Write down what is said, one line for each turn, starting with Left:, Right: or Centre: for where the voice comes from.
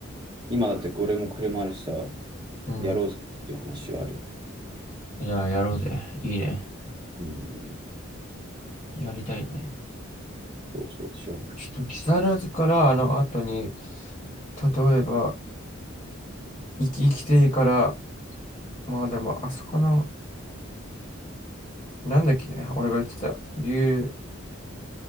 Right: 今だってこれも車あるしさ、
Left: うん。
Right: やろうぜっていう話はあるよね。
Left: いや、やろうぜ。いいね。
Right: うん、
Left: やりたいね。
Right: そうそうしよう。
Left: ちょっと木更津からあの後に、例えば、生き生き亭から、まあでも、あそこの、なんだっけ、俺が言ってた、竜、